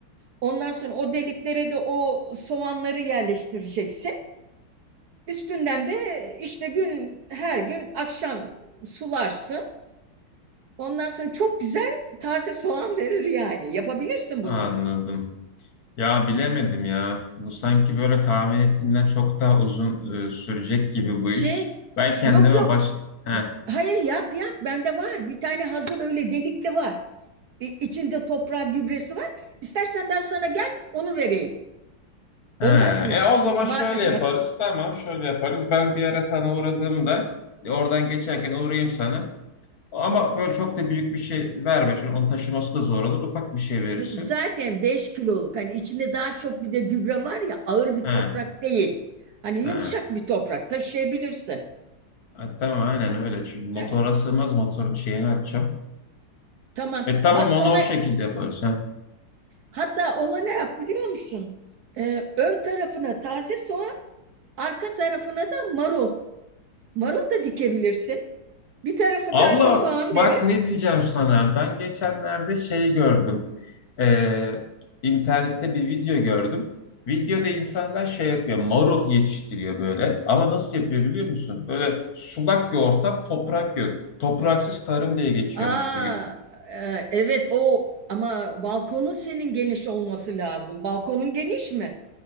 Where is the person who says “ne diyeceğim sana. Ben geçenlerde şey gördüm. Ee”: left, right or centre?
Left